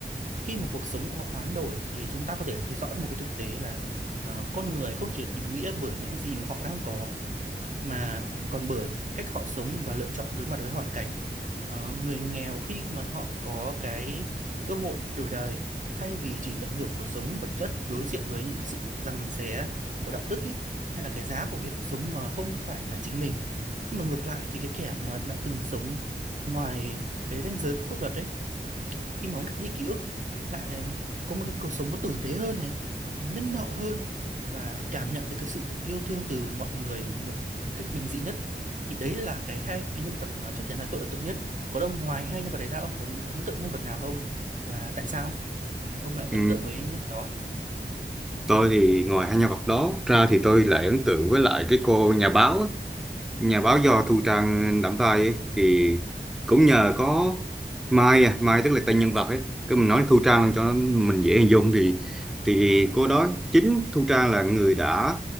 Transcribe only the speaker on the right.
khi mà cuộc sống của họ hoán đổi thì chúng ta có thể thấy rõ được một cái thực tế là ờ, con người không chỉ định nghĩa bởi những gì mà họ đang có mà còn bởi cái cách họ sống và lựa chọn đối mặt với hoàn cảnh. Ờ, người nghèo khi mà họ có cái cơ hội đổi đời thay vì chỉ tận hưởng cuộc sống vật chất đối diện với những cái sự giằng xé của đạo đức ấy, hay là cái giá của việc sống mà không phải là chính mình. Nhưng mà ngược lại thì cái kẻ mà đã từng sống ngoài cái ranh giới của pháp luật ấy khi mà mất đi ký ức lại ờ, có một cái cuộc sống nó tử tế hơn này nhân hậu hơn và cảm nhận được cái sự yêu thương từ mọi người một cách bình dị nhất thì đấy là cái hai cái nhân vật mà chắc chắn là tôi ấn tượng nhất còn ông ngoài hai nhân vật đấy ra ông có ấn tượng nhân vật nào không và tại sao ông lại ấn
tượng với nhân vật đó